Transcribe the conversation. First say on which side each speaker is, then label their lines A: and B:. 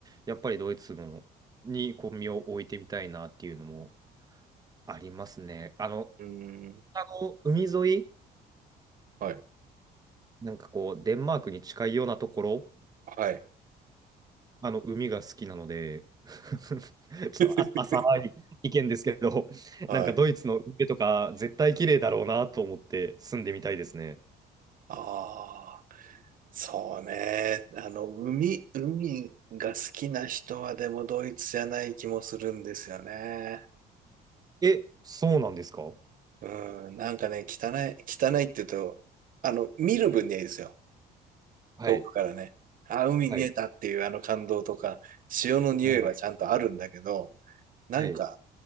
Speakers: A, on the right; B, on the right.
A: やっぱりドイツのにこう身を置いてみたいなっていうのもありますね。あの、
B: うん。
A: あの海沿い、
B: はい。
A: なんかこう、デンマークに近いようなところ、
B: はい。
A: あの、海が好きなので、<laughs> ちょっとあ浅い意見ですけど、
B: <laughs>
A: <laughs>
B: はい。
A: なんかドイツの海とか絶対綺麗だろうなと思って住んでみたいですね。
B: ああ、そうね。あの、海、海が好きな人はでもドイツじゃない気もするんですよね。
A: え、そうなんですか
B: うん、なんかね、汚い、汚いって言うと、あの、見る分にはいいですよ。
A: はい、
B: 遠くからね。あ、海見えたっていうあの感動とか、
A: はい、
B: 潮の匂いはちゃんとあるんだけど、
A: はい、
B: なんか、
A: はい。